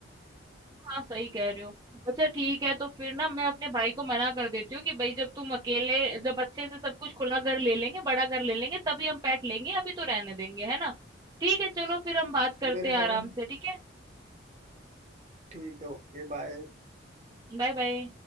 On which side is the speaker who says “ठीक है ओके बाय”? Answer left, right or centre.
Right